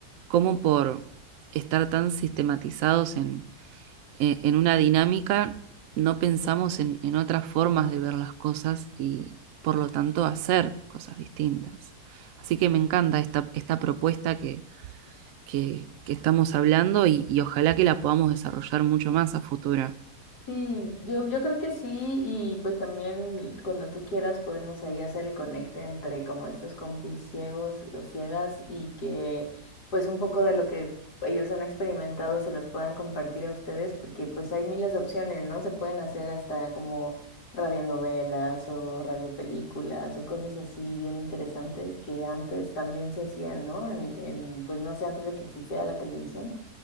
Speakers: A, on the right; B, on the left.
A: como por estar tan sistematizados en, eh, en una dinámica, no pensamos en, en otras formas de ver las cosas y por lo tanto hacer cosas distintas. Así que me encanta esta, esta propuesta que, que- que estamos hablando y, y ojalá que la podamos desarrollar mucho más a futuro.
B: Sí, yo, yo creo que sí, y pues también cuando tú quieras podemos ahí hacer el conecte entre como estos compis ciegos o ciegas y que pues un poco de lo que ellos han experimentado se los puedan compartir a ustedes porque pues hay miles de opciones, ¿no? Se pueden hacer hasta como radionovelas o radiopelículas o cosas así bien interesantes que antes también se hacían, ¿no? En, en pues no sé, antes de que existiera la televisión